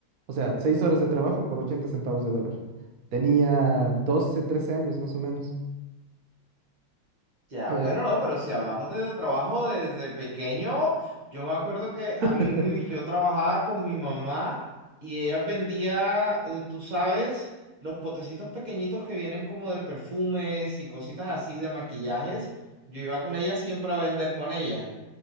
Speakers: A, on the right (about 65°); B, on the right (about 35°).
A: O sea, seis horas de trabajo por 80 centavos de dólar. Tenía 12, 13 años más o menos.
B: Ya,
A: Eh,
B: bueno, no, pero si hablamos de trabajo desde pequeño, yo me acuerdo que a
A: <laughs>
B: mí yo trabajaba con mi mamá y ella vendía, eh, tú sabes, los potecitos pequeñitos que vienen como de perfumes y cositas así de maquillajes. Yo iba con ella siempre a vender con ella.